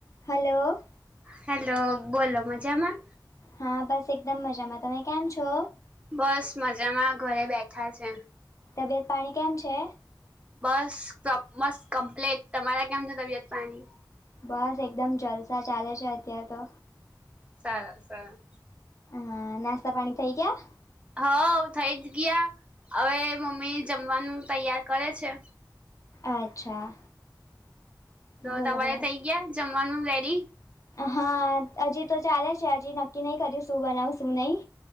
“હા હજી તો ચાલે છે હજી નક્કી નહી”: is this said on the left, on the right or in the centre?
Left